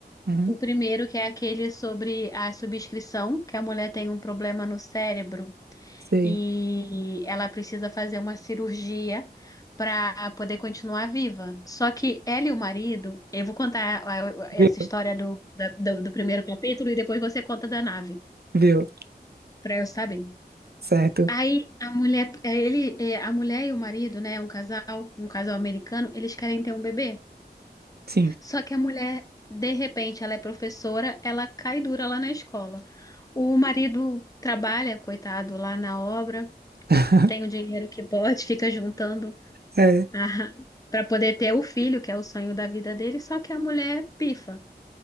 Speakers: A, on the right; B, on the left.
A: Uhum,
B: O primeiro, que é aquele sobre a subscrição, que a mulher tem um problema no cérebro
A: sei.
B: e ela precisa fazer uma cirurgia para poder continuar viva. Só que ela e o marido, eu vou contar a- a- essa
A: Viu?
B: história do, da- do, do primeiro capítulo e depois você conta da nave,
A: Viu?
B: para eu saber.
A: Certo.
B: Aí a mulher, eh, ele, eh, a mulher e o marido, né, um casal, um casal americano, eles querem ter um bebê.
A: Sim.
B: Só que a mulher, de repente, ela é professora, ela cai dura lá na escola. O marido trabalha, coitado, lá na obra,
A: <laughs>
B: tem o dinheiro que pode, fica juntando
A: É,
B: <laughs> para poder ter o filho, que é o sonho da vida dele, só que a mulher pifa